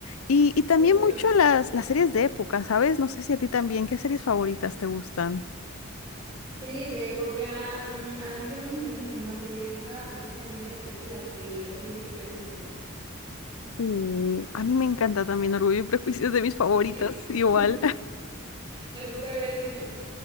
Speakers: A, on the left; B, on the right.
A: Y, y
B: justo.
A: también mucho las, las series de época, ¿sabes? No sé si a ti también, ¿qué series favoritas te gustan?
B: Series de época, mm, a la mente no se me viene ninguna serie de época, pero sí se me viene la película de Orgullo y Prejuicio.
A: Uh, a mí me encanta también Orgullo y Prejuicio es de mis favoritas,
B: ¿Sí?
A: igual.
B: <laughs> ¿La fuiste a ver al cine?